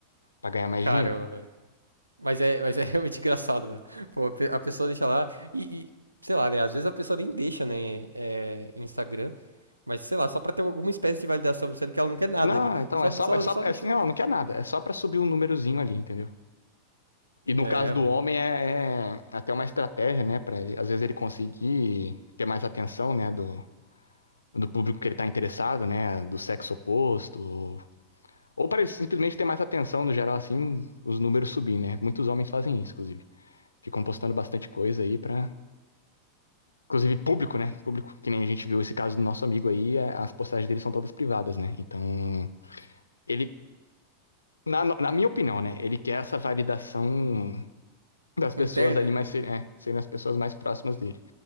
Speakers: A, on the left (about 75°); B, on the right (about 85°).
A: Pra ganhar mais
B: Caramba,
A: dinheiro.
B: velho. Mas é, mas é <laughs> realmente engraçado, mano. Pô, a pe- a pessoa deixa lá e, e, sei lá, né? Às vezes a pessoa nem deixa, né? é, em Instagram, mas sei lá, só pra ter alguma espécie de validação, sendo que ela não quer nada
A: Não,
B: ali.
A: então
B: Só,
A: é só,
B: só,
A: é só,
B: só
A: é,
B: deixou
A: assim, não,
B: ali.
A: não quer nada. É só pra subir um númerozinho ali, entendeu? E no
B: É,
A: caso do
B: mano.
A: homem é, é até uma estratégia, né? Para às vezes ele conseguir ter mais atenção, né? Do, do público que ele tá interessado, né? Do sexo oposto, Ou para eles simplesmente ter mais atenção no geral, assim, os números subir, né? Muitos homens fazem isso, inclusive. Ficam postando bastante coisa aí pra. Inclusive público, né? Público. Que nem a gente viu esse caso do nosso amigo aí, é, as postagens dele são todas privadas, né? Então, ele. Na, na minha opinião, né? Ele quer essa validação das pessoas
B: Interna,
A: ali mais. ser- É, serem as pessoas mais próximas dele.